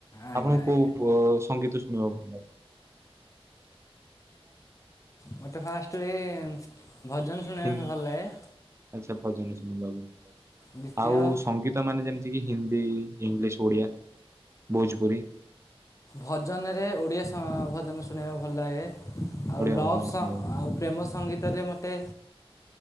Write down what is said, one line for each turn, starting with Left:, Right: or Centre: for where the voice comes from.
Left: ଆଜ୍ଞା
Right: ଆପଣକୁ କୋଉ
Left: ଆଜ୍ଞା
Right: ପ ସଙ୍ଗୀତ ଶୁଣିବାକୁ ଭଲ ଲାଗେ?
Left: ମତେ ଫାଷ୍ଟରେ ଭଜନ ଶୁଣିବାକୁ
Right: ହିନ୍
Left: ଭଲ ଲାଗେ।
Right: ଆଚ୍ଛା ଭଜନ ଶୁଣିବାକୁ,
Left: ଦ୍ୱିତୀୟ
Right: ଆଉ ସଙ୍ଗୀତ ମାନେ ଯେମତି ହିନ୍ଦୀ, ଇଂଲିଶ, ଓଡ଼ିଆ, ଭୋଜପୁରୀ?
Left: ଭଜନରେ ଓଡ଼ିଆ ଭଜନ ଶୁଣିବାକୁ ଭଲ ଲାଗେ ଆଉ
Right: ଓଡିଆ
Left: ଲଭ୍
Right: ଭଜନ ଶୁଣିବାକୁ
Left: ଆଉ ପ୍ରେମ ସଙ୍ଗୀତରେ ମୋତେ